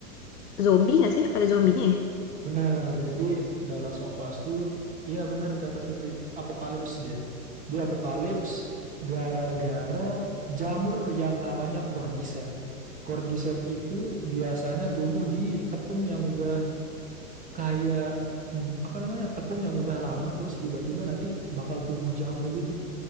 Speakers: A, on the left; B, on the right.
A: zombie nggak sih? Ada zombinya ya?
B: Bener. Jadi The Last of Us tuh, iya bener kata Febri, apokalips dia. Dia apokalips gara-gara jamur yang namanya cordyceps. Cordyceps itu biasanya tumbuh di tepung yang udah kayak hmm, apa namanya tepung yang udah lama terus tiba-tiba nanti bakal tumbuh jamur gitu.